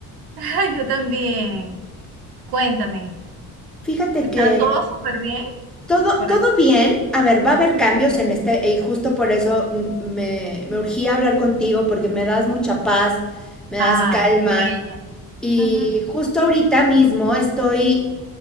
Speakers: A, on the right (about 90°); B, in the centre.
A: <laughs> Yo también. Cuéntame.
B: Fíjate
A: ¿Está
B: que
A: todo súper bien
B: todo,
A: por
B: todo
A: allá?
B: bien. A ver, va a haber cambios en este, y justo por eso mm, me, me urgía hablar contigo, porque me das mucha paz, me das
A: Ay,
B: calma.
A: bella.
B: Y
A: Ujú.
B: justo ahorita mismo estoy